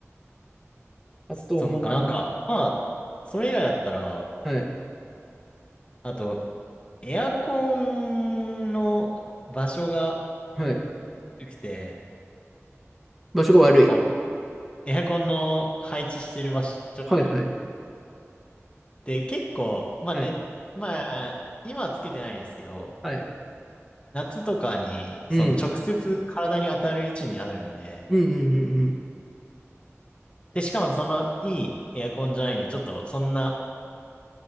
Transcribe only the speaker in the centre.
あと、
まあ、
はい、
はい。
場所が悪い。
はい、はい、
はい、
はい。
うん、
うん、うん、うん。うん